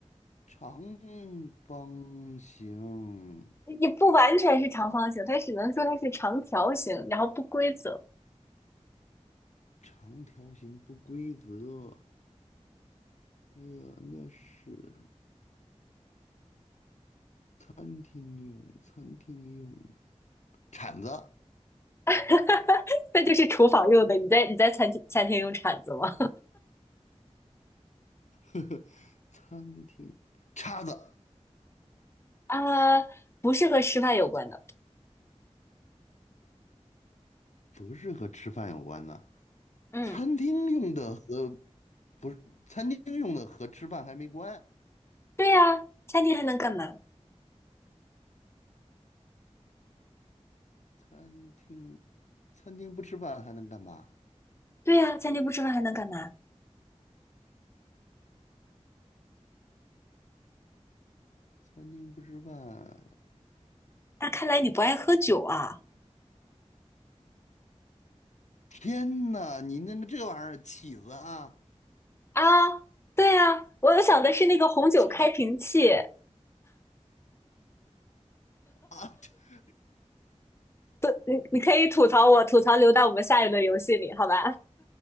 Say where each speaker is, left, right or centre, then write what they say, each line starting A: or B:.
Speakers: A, on the left; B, on the left.
A: 长方形。
B: 也不完全是长方形，它只能说它是长条形，然后不规则。
A: 长条形不规则，哎呀，那是餐厅用，餐厅用，铲子、
B: <laughs> 那就是厨房用的，你在你在餐厅餐厅用铲子吗？
A: <laughs> 餐厅叉子
B: <laughs> 啊，不是和吃饭有关的。
A: 不是和吃饭有关的。
B: 嗯，
A: 餐厅用的和餐厅用的和吃饭还没关。
B: 对呀，餐厅还能干嘛？
A: 餐厅餐厅不吃饭还能干嘛？
B: 对呀，餐厅不吃饭还能干嘛？
A: 餐厅不吃饭，
B: 那看来你不爱喝酒啊。
A: 天呐，你那个这玩意儿起子啊，
B: 啊，对呀，我想的是那个红酒开瓶器。
A: 起啊！<laughs>
B: <laughs> 你可以吐槽我，吐槽留到我们下一轮游戏里，好吧？